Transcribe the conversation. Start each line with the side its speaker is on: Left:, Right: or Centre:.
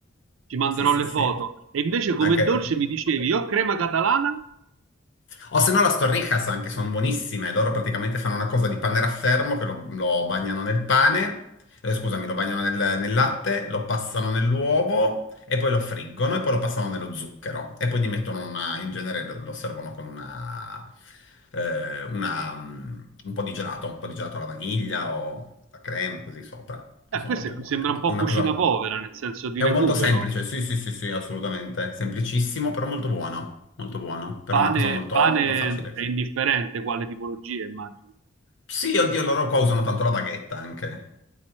Right: Ti manderò
Left: Sì, sì,
Right: le
Left: sì.
Right: foto. E invece come
Left: Anche...
Right: dolce mi dicevi, io crema catalana?
Left: O se no las torrijas anche, sono buonissime. Loro praticamente fanno una cosa di panne raffermo che lo, lo bagnano nel pane, eh, scusami, lo bagnano nel, nel latte, lo passano nell'uovo e poi lo friggono e poi lo passano nello zucchero. E poi gli mettono una, in genere lo, lo servono con una, eh, una, mm, un po' di gelato, un po' di gelato alla vaniglia o alla crema, così sopra, che
Right: Eh,
Left: sono
Right: questa
Left: molto
Right: è-
Left: buone
Right: sembra
Left: anche.
Right: un po'
Left: È una
Right: cucina
Left: cosa
Right: povera, nel senso di
Left: è
Right: recupero.
Left: un molto semplice, sì, sì, sì, sì, assolutamente. Semplicissimo, però molto buono. Molto buono. Per
Right: Pane,
Left: una cosa molto,
Right: pane
Left: molto facile.
Right: è indifferente quale tipologia, immagino.
Left: Sì, oddio, loro qua usano tanto la baghetta anche.